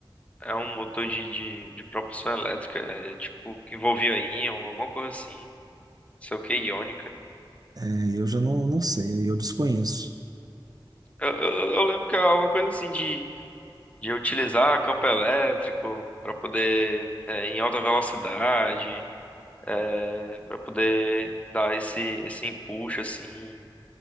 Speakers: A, on the left; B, on the right.
A: É um motor de, de, de propulsão elétrica, é, tipo, que envolvia íon, alguma coisa assim. Não sei o que, iônica.
B: É, eu já não, não sei, aí eu desconheço.
A: Eu, eu, eu lembro que é alguma coisa assim de de utilizar campo elétrico para poder é, em alta velocidade, é, para poder dar esse esse empuxo assim.